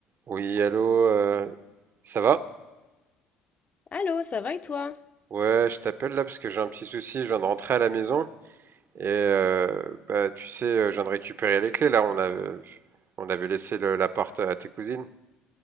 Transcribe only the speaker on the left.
Allô, ça va et toi?